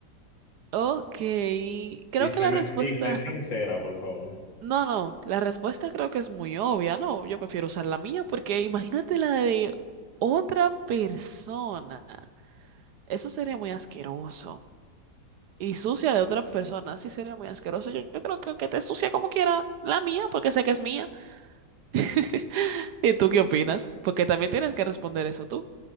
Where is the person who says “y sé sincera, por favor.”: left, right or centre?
Left